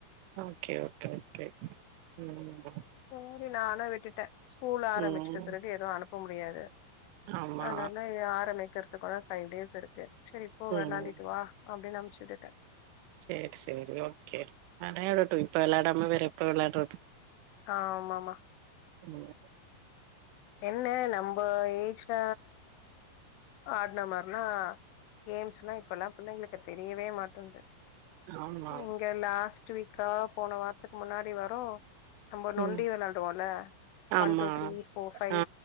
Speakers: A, on the right; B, on the left.
A: ஓகே, ஓகே, ஓகே. ம் ம்
B: சேரி நானு விட்டுட்டே ஸ்கூல் ஆரம்பிச்சுட்ட
A: ம்.
B: பிறகு எதுவு அனுப்ப முடி டியாது
A: ஆமா.
B: அதனால ஆரம்பிக்கிறது கூட ஃபைவ் டேஸ் இருக்கு செரி இப்போ
A: ம்.
B: விளாண்டுட்டு வா அப்டின்னு அம் சுட்டுடே
A: செரி செரி ஓகே விளையாடட்டு இப்ப விளையாடாம வேற எப்ப விளையாடுறது
B: ஆஹ் ஆமாம
A: ம்
B: என்ன நம்ம ஏஜ்ல ஆடுன மார்னா கேம்ஸ்லா இப்பெல்லா பிள்ளைகள்கு கத் தெரியவே மாட்டன்து
A: ஆமா
B: இங்க லாஸ்ட் வீக்கா போன வார்த்த முன்னாடி வரு நம்ப நொண்டி
A: ம்
B: விளையாடுவோல
A: ஆமா
B: ஒன் டூ த்ரீ ஃபோர் ஃபைவ்
A: ஆ